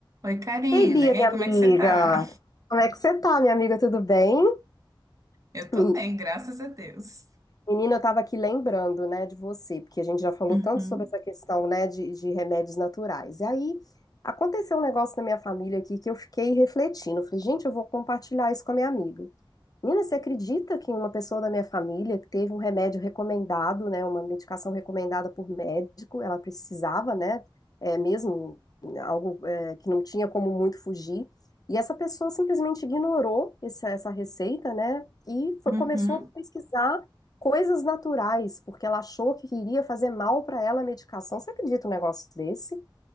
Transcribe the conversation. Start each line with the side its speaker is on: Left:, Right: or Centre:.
Right: Oi, Karina.
Left: Ei, Bia,
Right: E
Left: minha
Right: aí, como
Left: amiga.
Right: é que você tá?
Left: Como é que você tá, minha amiga? Tudo bem?
Right: Eu tô
Left: Men-
Right: bem, graças a Deus.
Left: Menina, eu tava aqui lembrando, né, de você, porque a gente já falou
Right: Uhum,
Left: tanto sobre essa questão, né, de, de remédios naturais. E aí aconteceu um negócio na minha família aqui que eu fiquei refletindo. Eu falei, gente, eu vou compartilhar isso com a minha amiga. Nina, você acredita que uma pessoa da minha família que teve um remédio recomendado, né, uma medicação recomendada por médico, ela precisava, né, é, mesmo né, algo é, que não tinha como muito fugir, e essa pessoa simplesmente ignorou essa, essa receita, né, e foi-
Right: uhum.
Left: começou a pesquisar coisas naturais, porque ela achou que iria fazer mal para ela a medicação. Você acredita um negócio desse?